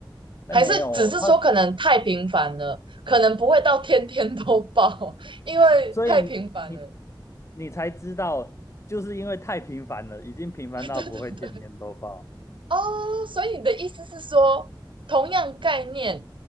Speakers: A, on the left; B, on the right.
A: 那没有他，
B: 还是只是说可能太频繁了，可能不会到天天都报，<laughs> 因为太频繁了。
A: 所以你你
B: <laughs>
A: 你才知道，就是因为太频繁了，已经频繁到不会天天都报。
B: 哎，对对对，哦，所以你的意思是说，同样概念，